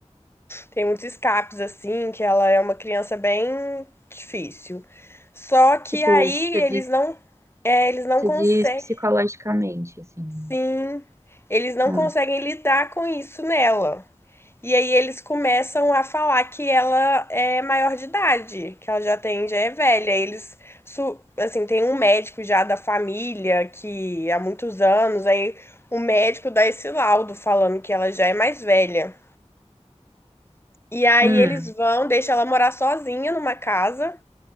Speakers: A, on the left (about 20°); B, on the right (about 25°).
A: Tem muitos escapes assim, que ela é uma criança bem difícil. Só que
B: Tipo,
A: aí
B: você
A: eles
B: diz,
A: não, é, eles não
B: você
A: conseguem,
B: diz psicologicamente, assim, né?
A: sim, eles não
B: Ah,
A: conseguem lidar com isso nela. E aí eles começam a falar que ela é maior de idade, que ela já tem, já é velha. Eles, su- assim, tem um médico já da família que há muitos anos, aí o médico dá esse laudo falando que ela já é mais velha. E aí
B: hum.
A: eles vão, deixam ela morar sozinha numa casa.